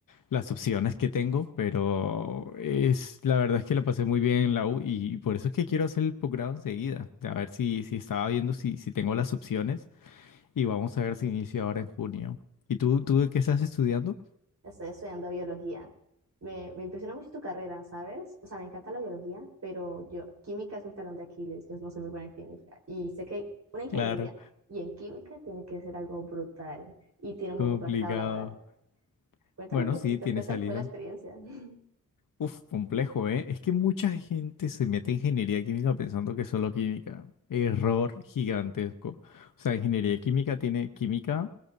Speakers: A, on the left; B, on the right.
A: las opciones que tengo, pero es la verdad es que la pasé muy bien en la U y por eso es que quiero hacer el posgrado enseguida. A ver si, si estaba viendo si, si tengo las opciones y vamos a ver si inicio ahora en junio. ¿Y tú, tú de qué estás estudiando?
B: Estoy estudiando biología. Me, me impresiona mucho tu carrera, ¿sabes? O sea, me encanta la biología, pero yo, química es mi talón de Aquiles, yo no soy muy buena en química. Y sé que una ingeniería
A: Claro,
B: y en química tiene que ser algo brutal y tiene muy,
A: complicado.
B: muy marcado laboral. Cuéntame
A: Bueno,
B: un poquito,
A: sí, tiene
B: ¿qué tal
A: salida.
B: fue la experiencia? <laughs>
A: Uf, complejo, ¿eh? Es que mucha gente se mete en ingeniería química pensando que es solo química. Error gigantesco. O sea, ingeniería química tiene química,